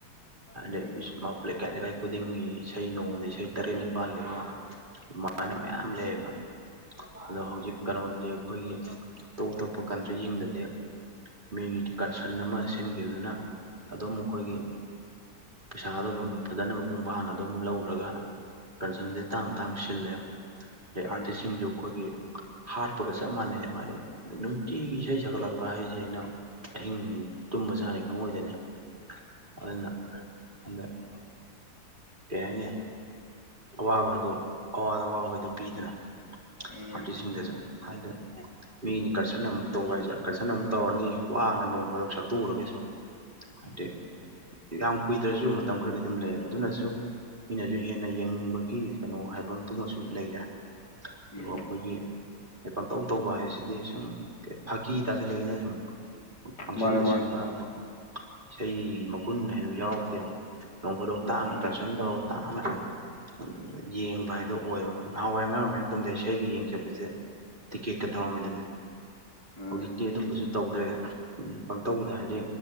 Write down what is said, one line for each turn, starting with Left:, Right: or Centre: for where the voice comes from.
Right: ꯍꯥꯏꯗꯤ
Left: ꯎꯝ
Right: <unintelligible> ꯂꯩꯀꯥꯏ ꯈꯨꯗꯤꯡꯒꯤ ꯏꯁꯩ ꯅꯣꯡꯗ ꯏꯁꯩ ꯇꯔꯦꯠ ꯅꯤꯄꯥꯜꯅꯤꯕꯣ ꯃꯥꯅꯤ ꯃꯌꯥꯝ ꯂꯩꯌꯦꯕ ꯑꯗꯣ ꯍꯧꯖꯤꯛ ꯀꯩꯅꯣꯗꯗꯤ ꯑꯩꯈꯣꯏꯒꯤ ꯑꯇꯣꯞ ꯑꯇꯣꯞꯄ ꯀꯟꯇ꯭ꯔꯤꯁꯤꯡꯗꯗꯤ ꯃꯤꯒꯤ ꯀꯟꯁꯟ ꯑꯃ ꯁꯤꯟꯈꯤꯕꯗꯨꯅ ꯑꯗꯨꯝ ꯃꯈꯣꯏꯒꯤ ꯄꯩꯁꯥꯗꯣ ꯑꯗꯨꯝ ꯐꯖꯅ ꯃꯄꯨꯡ ꯐꯥꯅ ꯑꯗꯨꯝ ꯂꯧꯔꯒ ꯀꯟꯁꯟꯁꯦ ꯇꯥꯡ ꯇꯥꯡ ꯁꯤꯜꯂꯦ ꯑꯗꯩ ꯑꯥꯔꯇꯤꯁꯁꯤꯡꯁꯨ
Left: ꯎꯝ
Right: ꯑꯩꯈꯣꯏꯒꯤ ꯍꯥꯠꯄꯒ ꯆꯞ ꯃꯥꯟꯅꯩꯌꯦ ꯋꯥꯅꯤ ꯅꯨꯡꯇꯤꯒꯤ ꯏꯁꯩ ꯁꯛꯀꯠꯂꯛꯄ ꯍꯥꯏꯁꯦ ꯏꯅꯥꯎ ꯑꯍꯤꯡ ꯇꯨꯝꯕꯆꯥꯅꯤ ꯈꯪꯉꯣꯏꯗ꯭ꯔꯤꯅꯤ ꯑꯗꯨꯅ ꯑꯗ <unintelligible> ꯀꯩ ꯍꯥꯏꯅꯤ ꯑꯋꯥꯕꯗꯣ ꯑꯋꯥꯗ ꯑꯋꯥ ꯃꯣꯏꯗꯣ ꯄꯤꯗꯅ
Left: ꯎꯝ
Right: ꯑꯥꯔꯇꯤꯁꯁꯤꯡꯗꯁꯨ ꯍꯥꯏꯗꯤ ꯃꯤꯒꯤ ꯀꯟꯁꯟ ꯑꯃꯨꯛ ꯇꯧꯕ ꯍꯥꯏꯁꯦ ꯀꯟꯁꯟ ꯑꯃꯨꯛ ꯇꯧꯔꯅꯤ ꯋꯥꯅ ꯅꯣꯡꯃꯗꯣ ꯁꯛꯇꯨꯣꯛꯎꯔꯒꯁꯨ ꯍꯥꯏꯗꯤ ꯌꯥꯝ ꯀꯨꯏꯗ꯭ꯔꯁꯨ ꯃꯇꯝ ꯈꯔꯗꯤ ꯑꯗꯨꯝ ꯂꯩꯌꯦꯕ ꯑꯗꯨꯅꯁꯨ ꯃꯤꯅꯁꯨ ꯍꯦꯟꯅ ꯌꯦꯡꯅꯤꯡꯕꯒꯤ ꯀꯩꯅꯣ ꯍꯥꯏꯕ ꯑꯗꯨꯃꯁꯨ ꯨ ꯂꯩꯔꯦ ꯑꯗꯨꯒ
Left: ꯎꯝ
Right: ꯑꯩꯈꯣꯏꯒꯤ ꯄꯪꯇꯧ ꯇꯧꯕ ꯍꯥꯏꯁꯤꯗꯤ ꯁꯨꯝ ꯀꯩ ꯐꯥꯒꯤ ꯇꯥꯁꯤꯜꯂꯛꯏꯅ ꯁꯨꯝ ꯄꯪꯁꯤꯟꯗ
Left: ꯃꯥꯅꯦ ꯃꯥꯅꯦ
Right: ꯁꯤꯟꯕ ꯏꯁꯩ ꯃꯒꯨꯟ ꯍꯥꯏꯗꯣ ꯌꯥꯎꯔꯛꯇꯦꯕ ꯅꯣꯡꯐꯥꯗꯣꯛ ꯇꯥꯡꯅ
Left: ꯎꯝ
Right: ꯀꯟꯁꯔꯟ ꯇꯧꯔꯒ ꯇꯥꯡꯅ ꯑꯗꯨ ꯌꯦꯡꯕ ꯍꯥꯏꯗꯣ ꯑꯣꯏꯕ ꯅꯍꯥꯟꯋꯥꯏ ꯑꯉꯥꯡ ꯑꯣꯏꯔꯤꯉꯩ ꯃꯇꯝꯗ ꯏꯁꯩꯒ ꯌꯦꯡꯖꯕꯁꯦ ꯇꯤꯛꯀꯦꯠꯀ ꯇꯧꯔꯝꯃꯤꯗꯨꯅꯤ
Left: ꯎꯝ
Right: ꯍꯧꯖꯤꯛꯇꯤ ꯑꯗꯨꯝꯕꯁꯨ ꯇꯧꯗ꯭ꯔꯦ ꯄꯪꯇꯧꯗ ꯍꯥꯏꯗꯤ